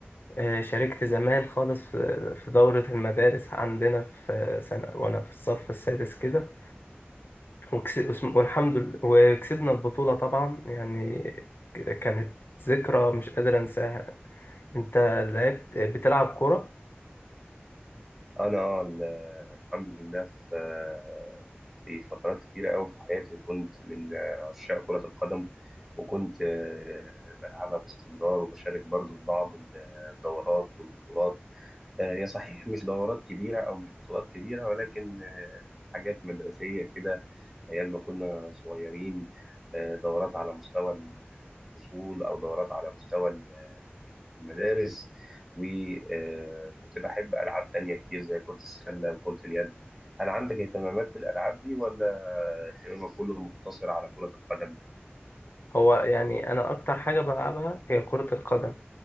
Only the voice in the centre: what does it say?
أنا آه، ال- الحمد لله في آه، في فترات كتيرة أوي في حياتي كنت من آه، عشاق كرة القدم وكنت آه، بلعبها باستمرار وبشارك برضو في بعض الدورات والبطولات آه، هي صحيح مش دورات كبيرة أو مش بطولات كبيرة ولكن آه، حاجات مدرسية كده أيام ما كنا صغيرين آه، دورات على مستوى الفصول أو دورات على مستوى المدارس وكنت بحب ألعاب تانية كتير زي كرة السلة وكرة اليد هل عندك اهتمامات بالألعاب دي ولا اهتمامك كله مقتصر على كرة القدم؟